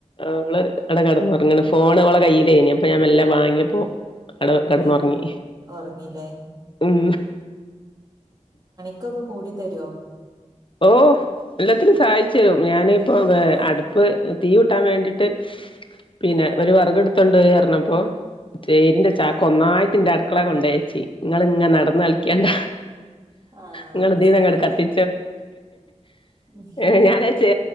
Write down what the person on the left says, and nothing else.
അവള് അട കിടന്നുറങ്ങണ്‌ ഫോണ് അവളെ കയ്യിയിലേനി അപ്പൊ ഞാൻ മെല്ല വാങ്ങിയപ്പോ അട കടന്നുറങ്ങി
ഉം
ഓഹ് എല്ലത്തിനും സഹായിച്ചരും ഞാന് ഇപ്പ
അടു ഇപ്പൊ തീയൂട്ടാൻ വേണ്ടിട്ട് പിന്നെ
ഒരു വെർക് എടുത്തുണ്ടോരീന്നർഞ്ഞപ്പോ ചേരിന്റെ ചാക്ക്
ഒന്നായിറ്റ്ന്റെ അടുക്കളെ കൊണ്ടയെച്ചി ഇങ്ങള് ഇങ്ങനെ നടന്നളിക്കണ്ട
ഇങ്ങള് ഇദീനങ്ങട്ട
കത്തി
ഏഹ് ഞാനത് ചേ